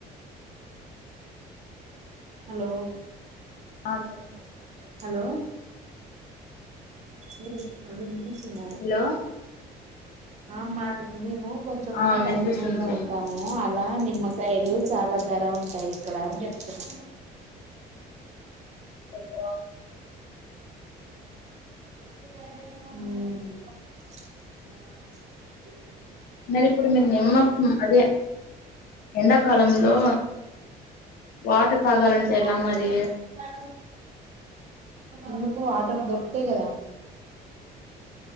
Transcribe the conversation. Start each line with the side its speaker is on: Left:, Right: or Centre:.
Right: హలో
Left: అ చెప్పండి
Right: హలో విన్
Left: హలో
Right: ఆ మాది మేము కొంచము
Left: ఆ వినిపిస్తుంది
Right: పట్టణంలో
Left: చెప్పండి
Right: ఉంటాము ఇడా నిమ్మకాయలు చాలా ధర ఉంటాయి ఇక్కడ అని చెప్తున్నా
Left: బ
Right: అ
Left: మరి ఇప్పుడు మీరు నిమ్మ అదే ఎండాకాలంలో వాటర్ తాగాలంటే
Right: అ
Left: ఎలా మరి
Right: ఎందుకో దొరుకుతయి కదా